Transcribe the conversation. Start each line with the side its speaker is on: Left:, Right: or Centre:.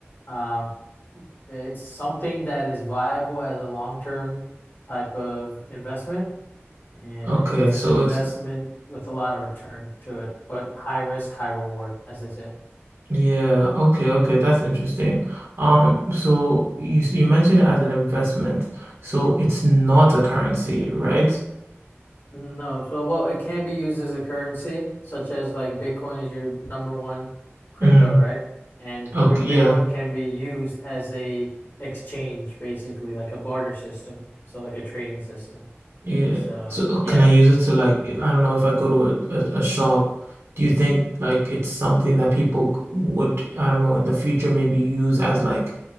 Left: um, it's something that is viable as a long-term type of investment, and
Right: Okay,
Left: it's
Right: so
Left: an investment
Right: it's
Left: with a lot of return to it, but high risk, high reward, as they say.
Right: yeah, okay, okay, that's interesting. Um,
Left: Mhm.
Right: so you s- you mentioned it as an investment, so it's not a currency, right?
Left: No, so well, it can be used as a currency, such as like Bitcoin is your number one crypto,
Right: Mm.
Left: right? And
Right: Okay,
Left: gr- Bitcoin
Right: yeah.
Left: can be used as a exchange, basically, like a barter system, so like a trading system.
Right: Yeah.
Left: So
Right: So uh,
Left: yeah,
Right: can I use it to like, I don't know, if I go to a, a, a shop, do you think like it's something that people c- would, I don't know, in the future maybe use as like